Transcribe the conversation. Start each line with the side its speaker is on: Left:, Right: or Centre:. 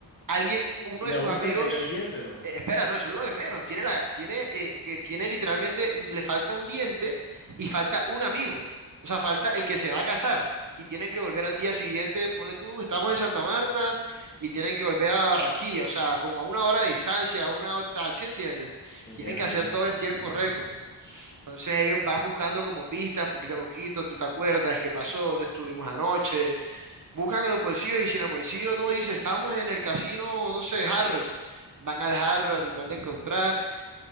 Right: alguien, uno
Left: Y
Right: de sus
Left: a uno
Right: amigos...
Left: se le cayó el diente, ¿no?
Right: eh, espera, no, eso es lo de menos. Tiene la, tiene, eh, que tiene literalmente, le falta un diente y falta un amigo. O sea, falta el que se va a casar. Y tienen que volver al día siguiente, ponle tú, estamos en Santa Marta y tienen que volver a Barranquilla. O sea, como a una hora de distancia, a una hora tal, ¿sí entiendes?
Left: No
Right: Tienen
Left: entiendo,
Right: que
Left: no entiendo.
Right: hacer todo en tiempo récord. Entonces ellos van buscando como pistas, poquito a poquito, tú te acuerdas qué pasó, dónde estuvimos anoche, buscan en los bolsillos y si en el bolsillo no dice, estamos en el casino, no sé, Hard Rock, van al Hard Rock a tratar de encontrar